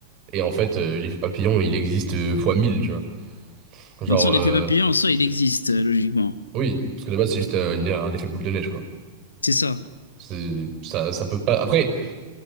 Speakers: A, on the right; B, on the left.
A: et en fait, euh, l'effet papillon, il existe euh, fois mille, tu vois. Genre,
B: toute façon,
A: euh,
B: l'effet papillon, en soi, il existe, euh, logiquement.
A: oui, parce que de base, c'est juste euh, une- un effet boule de neige, quoi.
B: C'est ça.
A: C'est- Ça, ça peut pas. Après,